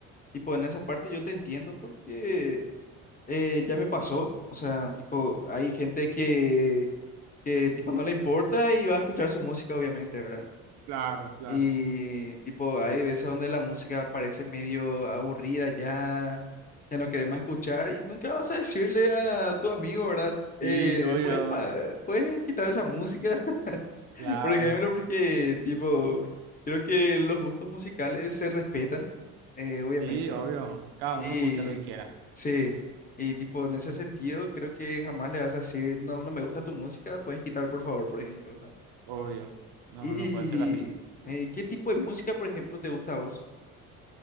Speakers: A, on the left (about 20°); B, on the right (about 60°).
A: Tipo, en esa parte yo te entiendo porque eh, ya me pasó. O sea, tipo, hay gente que, que tipo no le importa y va a escuchar su música, obviamente, ¿verdad?
B: Claro, claro.
A: Y tipo, hay veces donde la música parece medio aburrida, ya, ya no querés más escuchar y nunca vas a decirle a tu amigo, ¿verdad?
B: Sí,
A: Eh,
B: obvio.
A: ¿puedes, pa- puedes quitar esa música, <laughs>
B: Claro,
A: por ejemplo, porque tipo, creo que los gustos musicales se respetan, eh, obviamente.
B: Sí, obvio. Cada
A: Y
B: uno puede escuchar lo que quiera.
A: sí, y tipo, en ese sentido, creo que jamás le vas a decir, no, no me gusta tu música, puedes quitar, por favor, por ejemplo, ¿verdad?
B: Obvio. No,
A: Y,
B: no puede ser así.
A: eh, ¿qué tipo de música, por ejemplo, te gusta a vos?